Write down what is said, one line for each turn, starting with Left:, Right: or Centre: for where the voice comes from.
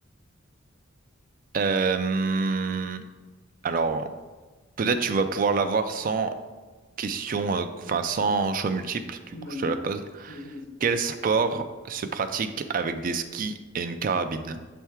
Right: Euh, Alors, peut-être
Left: Dis-
Right: tu vas pouvoir l'avoir sans. question, euh, enfin sans choix multiple, du coup
Left: Vas-y,
Right: je te la pose.
Left: vas-y, vas-y.
Right: Quel sport se pratique avec des skis et une carabine?